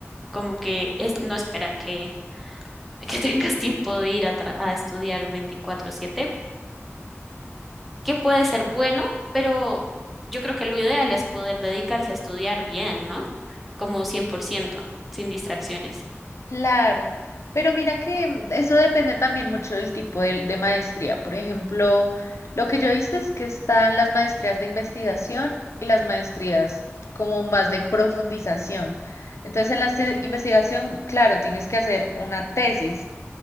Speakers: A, in the centre; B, on the left.
A: Como que es, no esperan que, <laughs> que tengas tiempo de ir a, tra- a estudiar veinticuatro siete. que puede ser bueno, pero yo creo que lo ideal es poder dedicarse a estudiar bien, ¿no? Como 100%, sin distracciones.
B: Claro, pero mira que mm, eso depende también mucho del tipo de, de maestría. Por ejemplo, lo que yo viste es que están las maestrías de investigación y las maestrías como más de profundización. Entonces, en la se- investigación, claro, tienes que hacer una tesis